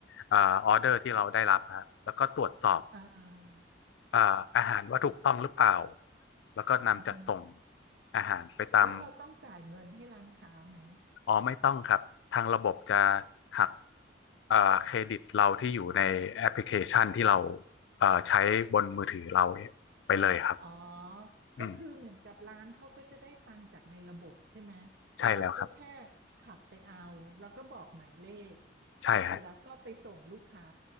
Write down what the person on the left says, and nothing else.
เอ่อออเดอร์ที่เราได้รับฮะแล้วก็ตรวจสอบ
เอ่ออาหารว่าถูกต้องหรือเปล่าแล้วก็นำจัดส่ง
อาหารไปตาม
อ๋อไม่ต้องครับทางระบบจะหักเอ่อเครดิตเราที่อยู่ในแอปพลิเคชันที่เราเอ่อใช้บนมือถือเราไปเลยครับ
อืม
ใช่แล้วครับ
ใช่ฮะ